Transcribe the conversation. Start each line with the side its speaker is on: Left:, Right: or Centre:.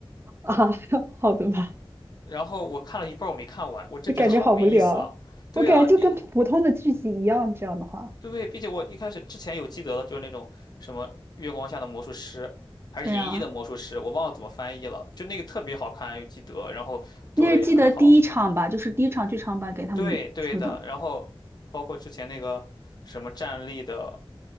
Right: 啊，<laughs> 好的吧。
Left: 然后我看了一半儿我没看完，我真觉得好没意思啊！
Right: 就感觉好无聊。
Left: 对啊，
Right: 我感觉就跟普通的剧集一样，
Left: 你
Right: 这样的话，
Left: 对，对，并且我一开始之前有记得的，就是那种什么月光下的魔术师，还是银翼的魔术师，
Right: 对啊，
Left: 我忘了怎么翻译了，就那个特别好看，又记得，然后做的也很好。
Right: 那是记得第一场吧，就是第一场剧场版给他们出的
Left: 对，对的。然后包括之前那个什么站立的